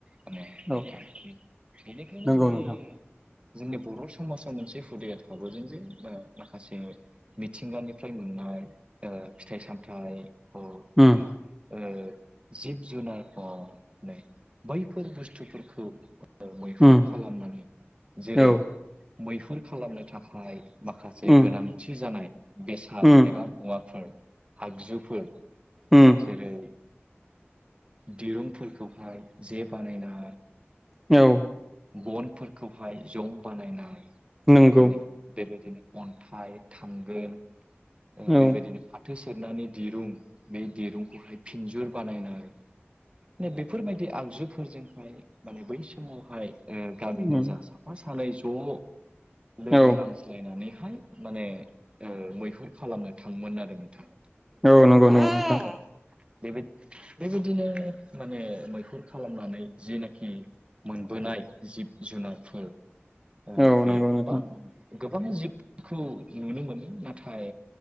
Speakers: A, on the right; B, in the centre.
A: माने
B: औ
A: <unintelligible> बेनिखायनो
B: नंगौ
A: जोंङो
B: नोंथां
A: जोंनि बर' समाजाव मोनसे हुदाया थाबोदों जे ओ माखासे मिथिंगानिफ्राय मोननाय ओ फिथाइ सामथाइ हक
B: होम
A: एबा ओ जिब जुनारखौनो बैफोर बुस्थुफोरखौ मैहुर
B: उम
A: खालामनानै जेरै
B: औ
A: मैहुर खालामनो थाखाय माखासे
B: उम
A: गोनांथि जानाय बेसाद
B: उम
A: एबा मुवाफोर आगजु फोर
B: उम
A: जेरै दिरुं फोरखौहाय जे बानायना
B: औ
A: बन फोरखौहाय जं बानायनाय
B: नंगौ
A: माने बे बायदिनो अन्थाइ थांगोन ओ
B: औ
A: बेबायदिनो फाथ फाथो सेरनानै दिरुं बे दिरुंखौहाय फिनजुर बानायनाय ने बेफोरबायदि आगजुफोरजोंहाय माने बै समावहाय ओ गामिनि
B: उम
A: जा साफा सानै ज' लोगो
B: औ
A: नांज्लायना नैहाय माने ओ मैहुर खालामनो थांङोमोन आरो नोंथां।
B: औ नंगौ नंगौ नोंथां
A: औ बेबाय बे बायदिनो माने मैहुर खालामनानै जे नाखि मोनबोनाय जिब जुनारफोर ओ
B: औ
A: बेयाव
B: नंगौ
A: गोबां
B: नोंथां
A: गोबां जिबफोरखौ नुनो मोनो नाथाय